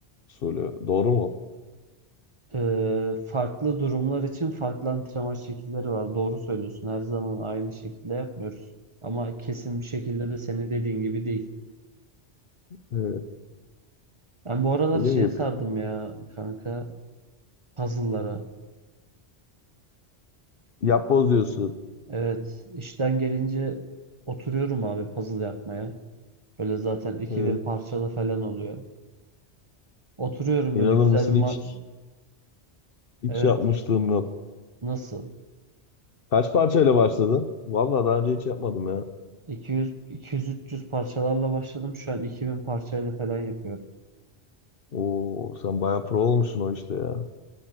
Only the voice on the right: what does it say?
Ee, farklı durumlar için farklı antrenman şekilleri var. Doğru söylüyorsun. Her zaman aynı şekilde yapmıyoruz. Ama kesin bir şekilde de senin dediğin gibi değil.
Ben bu aralar
şey
sardım ya kanka puzzle'lara.
Evet işten gelince oturuyorum abi puzzle yapmaya. Böyle zaten 2000
parçalı falan oluyor. Oturuyorum
böyle güzel
bir ma-
Evet
nasıl?
200 200-300 parçalarla başladım. Şu an 2000 parçayla falan yapıyorum.